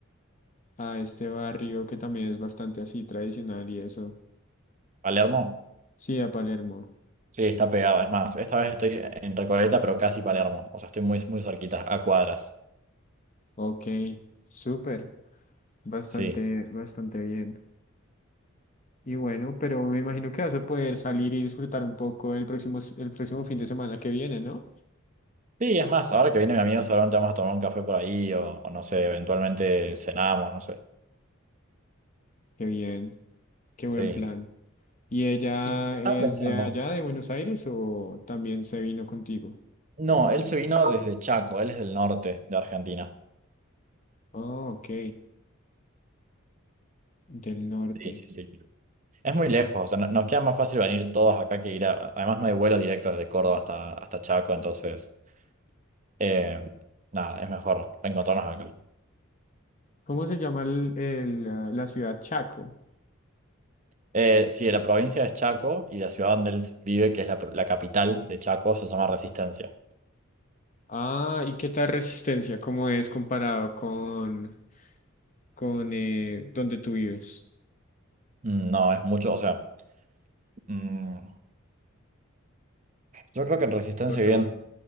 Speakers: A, on the left; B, on the right.
A: a este barrio que también es bastante así tradicional y eso.
B: Palermo,
A: Sí, a Palermo.
B: sí, está pegado. Es más, esta vez estoy en Recoleta, pero casi Palermo. O sea, estoy muy, muy cerquita, a cuadras.
A: Ok, súper. Bastante,
B: Sí.
A: bastante bien. Y bueno, pero me imagino que vas a poder salir y disfrutar un poco el próximo, s- el próximo fin de semana que viene, ¿no?
B: Sí, es más, ahora que viene mi amigo, seguramente vamos a tomar un café por ahí o, o no sé, eventualmente cenamos, no sé.
A: Qué bien, qué
B: Sí.
A: buen plan. ¿Y ella
B: Y estaba
A: es
B: pensando,
A: de allá, de Buenos Aires, o también se vino contigo?
B: no, él se vino desde Chaco, él es del norte de Argentina.
A: Ah, ok, del norte.
B: Sí, sí, sí. Es muy lejos, o sea, no- nos queda más fácil venir todos acá que ir a... Además no hay vuelos directos desde Córdoba hasta, hasta Chaco, entonces, eh, nada, es mejor reencontrarnos acá.
A: ¿Cómo se llama el- el, ah, la ciudad Chaco?
B: Eh, sí, la provincia es Chaco y la ciudad donde él vive, que es la, pro- la capital de Chaco, se llama Resistencia.
A: Ah, ¿y qué tal resistencia? ¿Cómo es comparado con, con eh, donde tú vives,
B: Mm, No, es mucho, o sea, mm, yo creo que en Resistencia
A: Córdoba?
B: viven